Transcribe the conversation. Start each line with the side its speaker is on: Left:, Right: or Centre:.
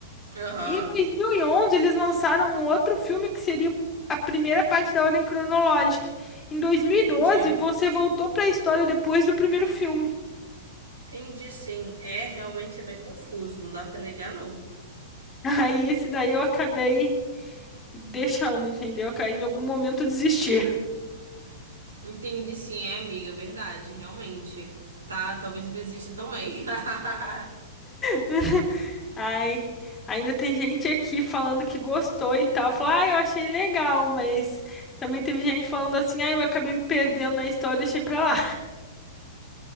Right: Aham.
Left: Em 2011, eles lançaram um outro filme que seria a primeira parte da ordem cronológica. Em 2012,
Right: Entendi.
Left: você voltou pra história depois do primeiro filme.
Right: Entendi, sim. É realmente é bem confuso, não dá pra negar, não.
Left: <laughs> Aí esse daí eu acabei deixando, entendeu? Em algum momento eu desisti.
Right: Entendi, sim, é, amiga, verdade, realmente. Tá, talvez eu desista também. <laughs>
Left: <laughs> Ai, ainda tem gente aqui falando que gostou e tal. Falar, ah, eu achei legal, mas também teve gente falando assim, ah, eu acabei me perdendo na história, deixei pra lá.